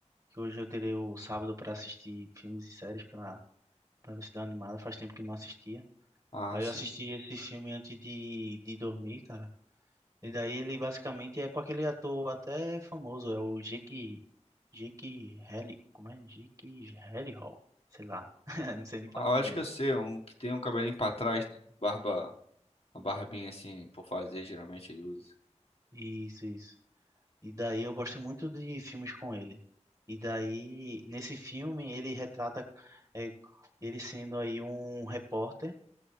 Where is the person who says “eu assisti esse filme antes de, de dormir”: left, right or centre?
Right